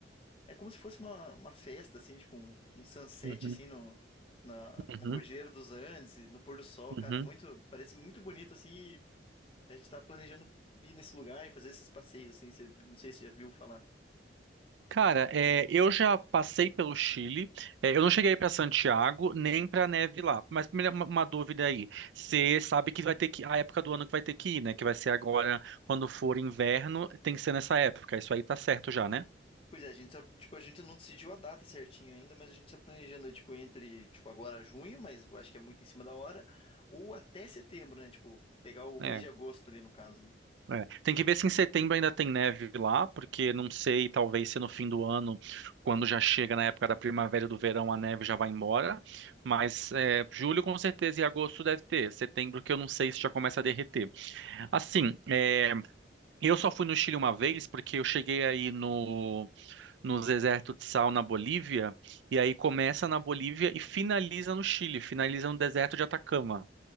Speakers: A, on the left (about 30°); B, on the right (about 80°).
A: É como se fosse uma, uma festa, assim, tipo um, um sunset,
B: Uhum,
A: assim, no, na,
B: uhum,
A: na Cordilheira dos Andes, e no pôr do sol,
B: uhum.
A: cara, é muito, parece muito bonito, assim, e a gente tá planejando ir nesse lugar e fazer esses passeios, assim, você, não sei se você já viu falar.
B: Cara, é, eu já passei pelo Chile. é, eu não cheguei para Santiago nem para neve lá. Mas primeiro uma, uma dúvida aí. Você sabe que vai ter que a época do ano que vai ter que ir, né? Que vai ser agora quando for inverno, tem que ser nessa época. Isso aí tá certo já, né?
A: Pois é, a gente tá, tipo, a gente não decidiu a data certinho ainda, mas a gente tá planejando, tipo, entre, tipo, agora junho, mas eu acho que é muito em cima da hora, ou até setembro, né, tipo, pegar o
B: É,
A: mês de agosto ali, no caso, né.
B: É, Tem que ver se em setembro ainda tem neve lá, porque não sei, talvez se no fim do ano, quando já chega na época da primavera e do verão, a neve já vai embora. Mas é, julho com certeza e agosto deve ter. Setembro que eu não sei se já começa a derreter. Assim, é, eu só fui no Chile uma vez, porque eu cheguei aí no, no deserto de sal na Bolívia, e aí começa na Bolívia e finaliza no Chile, finaliza no deserto de Atacama.